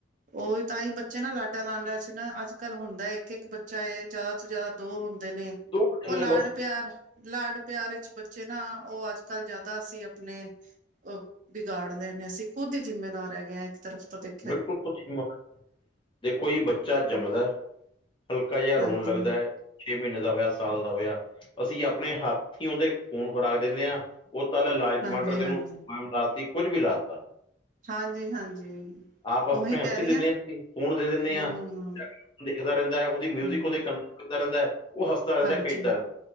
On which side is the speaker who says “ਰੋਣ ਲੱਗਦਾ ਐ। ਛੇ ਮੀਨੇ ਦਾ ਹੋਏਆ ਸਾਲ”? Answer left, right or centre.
Left